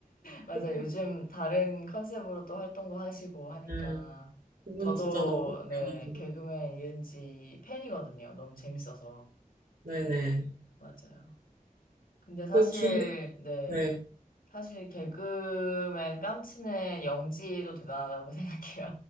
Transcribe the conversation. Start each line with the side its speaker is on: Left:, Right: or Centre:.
Left: 맞아요.
Right: <laughs>
Left: 요즘 다른 컨셉으로 또 활동도 하시고 하니까.
Right: 음. 그분
Left: 저도,
Right: 진짜 너무 웃겨가지고.
Left: 네, 개그맨 이은지 팬이거든요. 너무 재밌어서.
Right: 네네.
Left: 맞아요. 근데
Right: 그
Left: 사실,
Right: 기,
Left: 네,
Right: 네.
Left: 사실 개그맨 깜치는 영지도 대단하다고 <laughs> 생각해요.